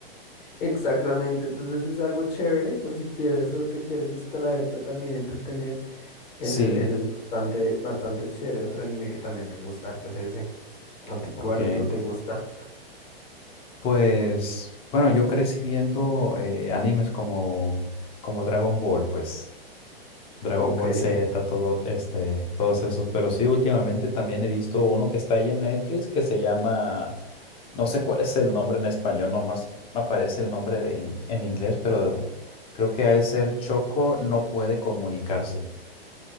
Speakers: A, on the left; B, on the left.
A: exactamente, entonces es algo chévere por si quieres o te quieres distraer, pero también entretener. Ese,
B: Sí,
A: ese es bastante, bastante chévere. Otro anime que también me gusta harto es ese. ¿A ti
B: ok.
A: cuál otro te gusta?
B: Pues, bueno, yo crecí viendo eh, animes como, como Dragon Ball, pues. Dragon
A: Ok.
B: Ball Z, todo este, todos esos. Pero sí, últimamente también he visto uno que está ahí en Netflix que se llama, no sé cuál es el nombre en español, nomás aparece el nombre de, en inglés, pero creo que ha de ser Choco no puede comunicarse.